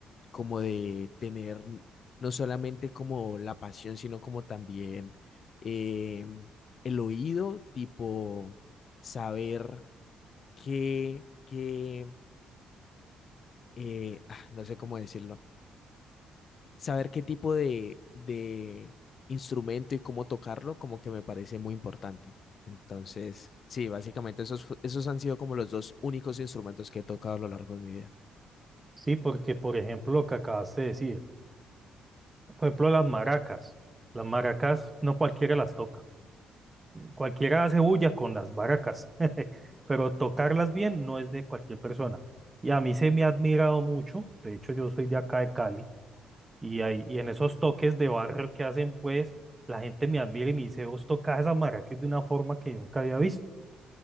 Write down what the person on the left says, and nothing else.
como de tener no solamente como la pasión, sino como también em, el oído, tipo saber qué, qué, eh, ah, no sé cómo decirlo saber qué tipo de, de instrumento y cómo tocarlo, como que me parece muy importante. Entonces, sí, básicamente esos, fu- esos han sido como los dos únicos instrumentos que he tocado a lo largo de mi vida.